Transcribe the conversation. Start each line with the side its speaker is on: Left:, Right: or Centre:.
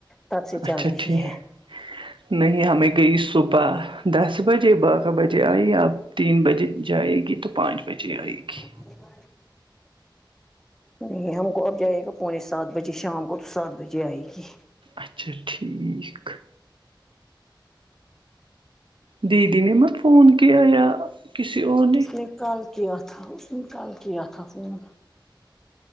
Centre: تب سے
Right: اچھا
Centre: چل رہی
Right: ٹھیک
Centre: ہے
Right: نہیں ہمیں گئی صبح دس بجے بارہ بجے آئی آپ تین بجے جائے گی تو پانچ بجے آئے گی
Centre: ج <unintelligible> نہیں ہم کو اب جائے گا پونے سات بجے شام کو تو سات بجے آئے گی
Right: اچھا ٹھیک دیدی نے مت فون کیا یا کسی اور
Centre: اس نے کال کیا تھا اس نے کل کیا تھا فون